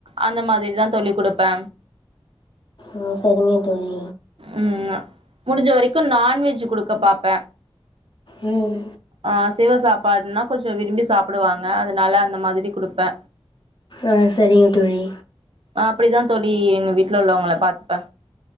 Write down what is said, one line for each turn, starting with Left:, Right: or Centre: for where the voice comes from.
Right: அந்த மாதிரிதா தோழி குடுப்பே
Left: ஒ சரிங்க தோழி
Right: ம் முடிஞ்ச வரைக்கு நான் வெஜ் குடுக்க பாப்பே
Left: ம்
Right: ஆ அசைவ சாப் பாட்னா கொஞ்ச விரும்பி சாப்புடுவாங்க அதனால அந்த மாதிரி குடுப்பே
Left: ஆ சரிங்க தோழி
Right: அப்டிதா தோழி எங்க வீட்ல உள்ளவங்கள பாத்துப்பே